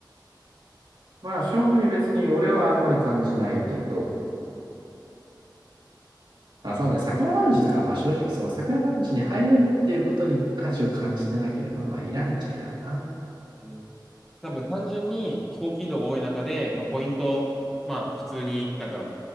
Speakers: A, on the right (about 75°); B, in the centre.
A: まあ正味別に俺はあんまり感じないけど。まあ、そうね。桜ラウンジとかはまあ正直その桜ラウンジに入れるっていうことに価値を感じてなければまあいらんっちゃいらんな。
B: うんうん。うん多分単純に飛行機移動が多い中で、まあ、ポイント、まあ普通になんかん